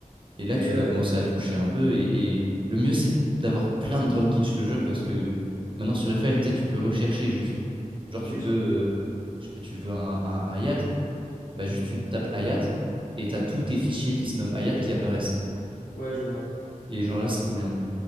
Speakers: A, on the right; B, on the left.
A: Et
B: mais
A: là, tu
B: euh,
A: vas commencer à toucher un peu. Et, et le mieux, c'est d'avoir plein de drum kits, je te jure, parce que maintenant sur Eiffel, tu sais, tu peux rechercher juste. Genre,
B: oui,
A: tu veux, euh, je sais pas, tu veux un, un, un hi-hat, bah juste tu tapes hi-hat et t'as tous tes fichiers qui se nomment hi-hat qui apparaissent.
B: ouais, je vois.
A: Et genre là, c'est trop bien.